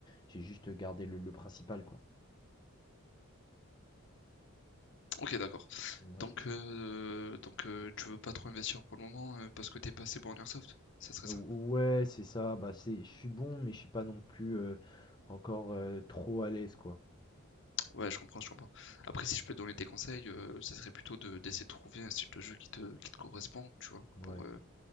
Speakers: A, on the left; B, on the left.
A: j'ai juste gardé le le principal, quoi.
B: OK, d'accord.
A: ouais
B: Donc heu donc heu, tu veux pas trop investir pour le moment, heu, parce que t'es pas assez bon en airsoft? Ça serait
A: Ou
B: ça?
A: ouais, c'est ça, bah, c'est je suis bon, mais je suis pas non plus, heu, encore, heu, trop à l'aise, quoi.
B: Ouais, je comprends, je comprends. Après, si je peux te donner des conseils, heu, ça serait plutôt de d'essayer de trouver un style de jeu qui te qui te correspond, tu vois?
A: Ouais,
B: Pour, heu,